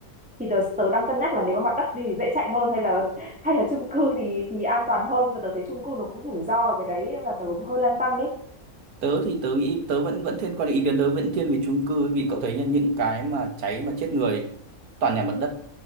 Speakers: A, in the centre; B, on the right.
A: thì tớ tớ đang cân nhắc là nếu mà mặt đất thì dễ chạy hơn hay là <laughs> hay là chung cư thì thì an toàn hơn nhưng mà tớ thấy chung cư nó cũng rủi ro ở cái đấy nên là tớ cũng hơi lăn tăn đấy.
B: tớ thì tớ nghĩ tớ vẫn vẫn thiên quan ý kiến tớ vẫn thiên về chung cư vì cậu thấy nhá, những cái mà cháy mà chết người toàn nhà mặt đất